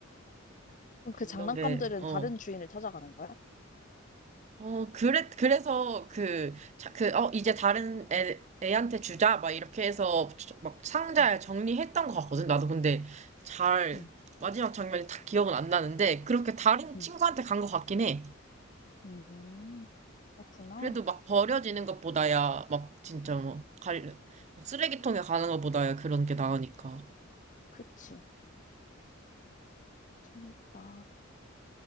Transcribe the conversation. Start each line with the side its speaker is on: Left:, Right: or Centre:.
Left: 그럼
Right: 그런
Left: 그 장난감들은
Right: 게, 어.
Left: 다른 주인을 찾아가는 거야?
Right: 어, 그래, 그래서 그, 자, 그, 어, 이제 다른 애, 애한테 주자. 막 이렇게 해서 막 상자에
Left: 응,
Right: 정리했던 것 같거든. 나도 근데 잘,
Left: 응,
Right: 마지막 장면이 다 기억은 안 나는데, 그렇게 다른
Left: 응,
Right: 친구한테 간 것 같긴 해.
Left: 음, 그렇구나.
Right: 그래도 막 버려지는 것보다야, 막 진짜 뭐, 갈, 막 쓰레기통에 가는 것보다야 그런 게 나으니까.
Left: 그치. 재밌다.